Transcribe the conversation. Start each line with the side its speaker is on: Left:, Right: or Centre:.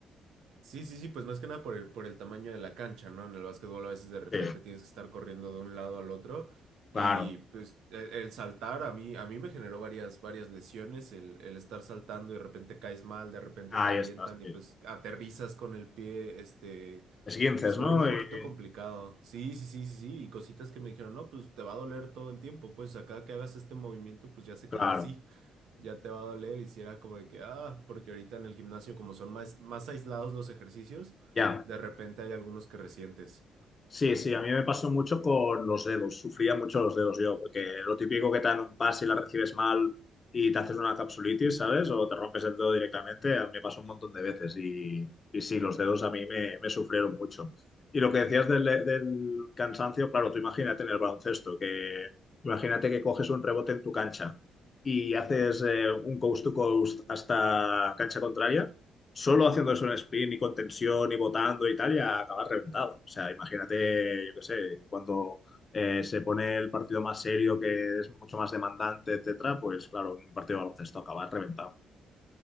Right: Sí, sí, sí, pues más que nada por el, por el tamaño de la cancha, ¿no? En el básquetbol a veces de repente
Left: Sí,
Right: tienes que estar corriendo de un lado al otro
Left: claro,
Right: y pues el, el saltar a mí, a mí me generó varias, varias lesiones, el, el estar saltando y de repente caes mal, de repente
Left: Ahí
Right: te avientan
Left: estás,
Right: y
Left: sí.
Right: pues aterrizas con el pie, este,
Left: Esguinces,
Right: y pues se
Left: ¿no?
Right: vuelve un poquito
Left: Y,
Right: complicado. Sí, sí, sí, sí, sí, y cositas que me dijeron, no, pues te va a doler todo el tiempo, pues acá que hagas este movimiento, pues ya se
Left: claro,
Right: quedó así ya te va a doler y si era como de que, ah, porque ahorita en el gimnasio como son más, más aislados los ejercicios,
Left: ya.
Right: de repente hay algunos que resientes.
Left: Sí, sí, a mí me pasó mucho con los dedos. Sufría mucho los dedos yo, porque lo típico que te dan un pase y la recibes mal y te haces una capsulitis, ¿sabes? O te rompes el dedo directamente, a mí me pasó un montón de veces. Y, y sí, los dedos a mí me, me sufrieron mucho. Y lo que decías del, del cansancio, claro, tú imagínate en el baloncesto, que imagínate que coges un rebote en tu cancha y haces eh, un coast to coast hasta cancha contraria. Solo haciendo eso en sprint y con tensión y botando y tal, ya acabas reventado. O sea, imagínate, yo qué sé, cuando eh, se pone el partido más serio, que es mucho más demandante, etcétera, pues claro, un partido de baloncesto acabas reventado.